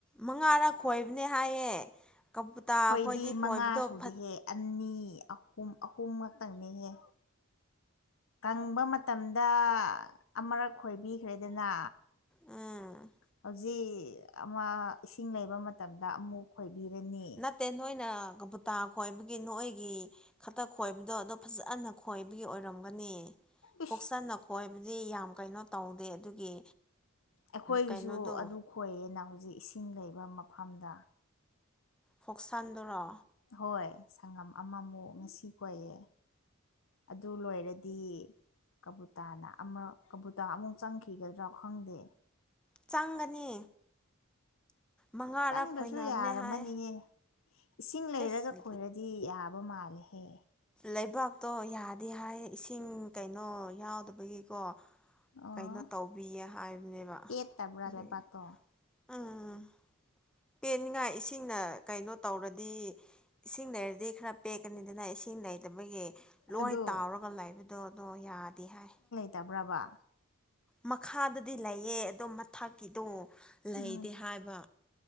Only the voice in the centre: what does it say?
ꯃꯉꯥꯔꯛ ꯈꯣꯏꯕꯅꯤ ꯍꯥꯏꯌꯦ ꯀꯕꯨꯨꯇꯥ
ꯈꯣꯏꯗꯤ ꯈꯣꯏꯕꯗꯣ
ꯐꯠ
ꯎꯝ
ꯅꯠꯇꯦ ꯅꯣꯏꯅ ꯀꯕꯨꯇꯥ ꯈꯣꯏꯕꯒꯤ ꯅꯣꯏꯒꯤ ꯈꯇ ꯈꯣꯏꯕꯗꯣ ꯑꯗꯣ ꯐꯖꯅ ꯈꯣꯏꯕꯒꯤ ꯑꯣꯏꯔꯝꯒꯅꯤ
ꯐꯣꯛꯁꯟꯅ ꯈꯣꯢꯕꯗꯤ ꯌꯥꯝ ꯀꯩꯅꯣ ꯇꯧꯗꯦ ꯑꯗꯨꯒꯤ
ꯀꯩꯅꯣꯗꯣ
ꯐꯣꯛꯁꯟꯗꯨꯔꯣ
ꯆꯪꯒꯅꯤ ꯃꯉꯥꯔꯛ
ꯈꯣꯏꯅꯕꯅꯦ
ꯍꯥꯏ
ꯏꯁ
ꯂꯩꯕꯥꯛꯇꯣ ꯌꯥꯗꯦ ꯍꯥꯏꯌꯦ ꯏꯁꯤꯡ ꯀꯩꯅꯣ ꯌꯥꯎꯗꯕꯒꯤꯀꯣ
ꯀꯩꯅꯣ ꯇꯧꯕꯤꯌꯦ ꯍꯥꯏꯕꯅꯦꯕ
ꯑꯗꯨꯒꯤ
ꯎꯝ ꯄꯦꯟꯅꯤꯡꯉꯥꯢ ꯏꯁꯤꯡꯅ ꯀꯩꯅꯣ ꯇꯧꯔꯗꯤ ꯏꯁꯤꯡ ꯂꯩꯔꯗꯤ ꯈꯔ ꯄꯦꯛꯀꯅꯤꯗꯅ ꯏꯁꯤꯡ ꯂꯩꯇꯕꯒꯤ ꯂꯣꯏ
ꯇꯥꯎꯔꯒ ꯂꯩꯕꯗꯣ ꯑꯗꯣ ꯌꯥꯗꯦ ꯍꯥꯏ
ꯃꯈꯥꯗꯗꯤ ꯂꯩꯌꯦ ꯑꯗꯣ ꯃꯊꯛꯀꯤꯗꯣ ꯂꯩꯇꯦ
ꯍꯥꯏꯕ